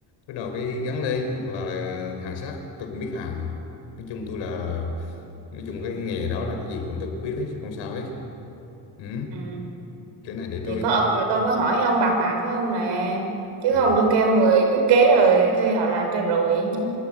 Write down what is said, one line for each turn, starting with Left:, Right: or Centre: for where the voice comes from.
Left: bắt đầu cái gắn lên hoặc là hàng sắt tôi cũng biết hàng mà. nói chung tôi là nói chung cái nghề đó là cái gì cũng tôi cũng biết hết không sao hết ừ,
Right: Ừ.
Left: cái này để
Right: Thì
Left: tôi
Right: có ông
Left: <laughs>
Right: rồi tôi mới hỏi ông bàn bạc với ông nè chứ
Left: ừ.
Right: không tôi kêu người thiết kế rồi thuê họ làm cho rồi ấy chứ